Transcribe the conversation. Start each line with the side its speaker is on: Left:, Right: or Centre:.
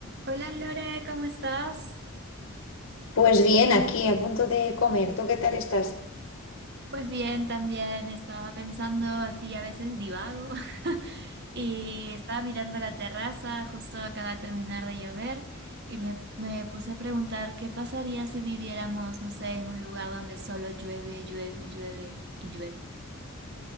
Right: Hola Lore, ¿cómo estás?
Left: Pues bien, aquí a punto de comer. ¿Tú qué tal estás?
Right: Pues bien, también estaba pensando así, a veces divago, <laughs> y estaba mirando la terraza, justo acaba de terminar de llover, y me, me puse a preguntar qué pasaría si viviéramos, no sé, en un lugar donde solo llueve, llueve, llueve y llueve.